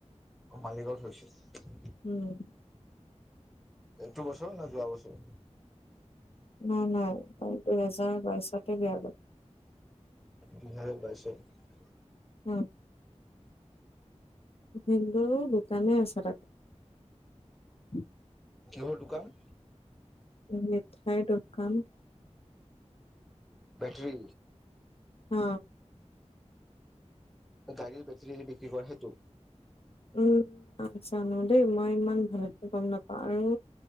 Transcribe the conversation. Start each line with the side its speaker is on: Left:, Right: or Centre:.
Centre: মালিগাঁৱত গৈছিল।
Left: উম।
Centre: এইটো বছৰ না যোৱা বছৰ?
Left: নাই নাই তাই দুহেজাৰ বাইশতে বিয়া হল।
Centre: দুহেজাৰ বাইছত?
Left: উম। ভিন্দুৰ দোকানে আছে <inaudible>
Centre: কিহৰ দোকান?
Left: মিঠাই দোকান।
Centre: বেটৰি?
Left: অ।
Centre: গাড়ীৰ বেটাৰী বিক্ৰী কৰে হেইতটো?
Left: উম নাজানো দেই মই ইমান ভালো গম নাপাওঁ আৰু